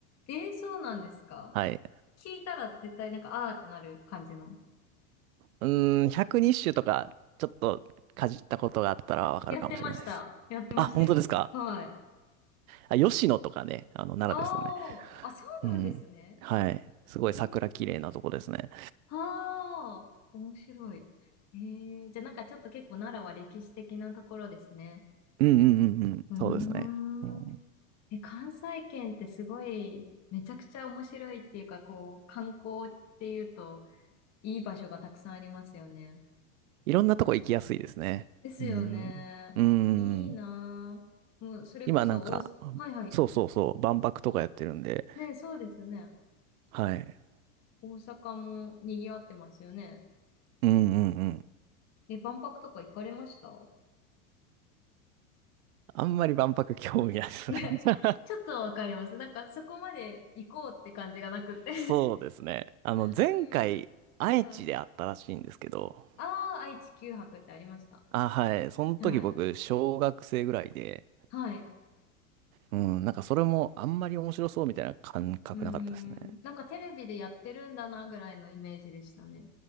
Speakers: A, on the left; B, on the right.
A: えー、そうなんですか
B: はい。
A: 聞いたら絶対なんか、あーってなる感じの。
B: うーん、120種とか、ちょっとかじったことがあったらわかるかもしれないです。
A: やってました。やってましたよ。
B: あ、本当ですか
A: はい。
B: あ、吉野とかね、あの、奈良ですよね。
A: あー、あ、そうなんですね。
B: うん。はい。すごい桜綺麗なとこですね。
A: えー、はー、面白い。えー、じゃあなんかちょっと結構奈良は歴史的なところですね。
B: うんうんうんうん。
A: う
B: そうですね。うん、
A: ーん。え、関西圏ってすごい、めちゃくちゃ面白いっていうか、こう、観光っていうと、いい場所がたくさんありますよね。
B: いろんなとこ行きやすいですね。
A: ですよね。
B: うん。うん。
A: いいなぁ。もう、それこそ、
B: 今なんか、
A: 大阪、はいはい。
B: そうそうそう、万博とかやってるんで、
A: ね、そうですね。
B: はい。
A: 大阪も賑わってますよね。
B: うんうんうん。
A: え、万博とか行かれました
B: あんまり万博興味ないですね。
A: いや、
B: <laughs>
A: ちょっとわかります。なんか、そこまで行こうって感じがなくって
B: そうですね。あの、
A: <laughs>
B: 前回、
A: うん、
B: 愛知であったらしいんですけど、
A: はい。ああ、愛・地球博ってありました。
B: あ、はい。その時僕、
A: はい。
B: 小学生ぐらいで、
A: はい。
B: うん、なんかそれもあんまり面白そうみたいな感覚なかったですね。
A: うーん。なんかテレビでやってるんだなぐらいのイメージでしたね。